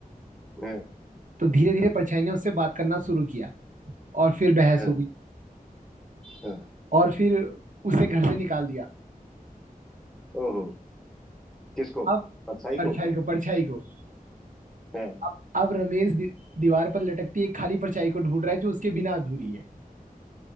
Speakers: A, in the centre; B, on the right.
A: है
B: तो धीरे धीरे परछाई ने उससे बात करना शुरू किया और फिर बहस
A: है
B: हो गई
A: है
B: और फिर उसे घर से निकाल दिया
A: ओहो किसको
B: अब
A: परछाई
B: परछाई
A: को
B: को परछाई को
A: है
B: अब अब रमेश दि, दीवार पर लटकती एक खाली परछाई को ढूंढ रहा है जो उसके बिना अधूरी है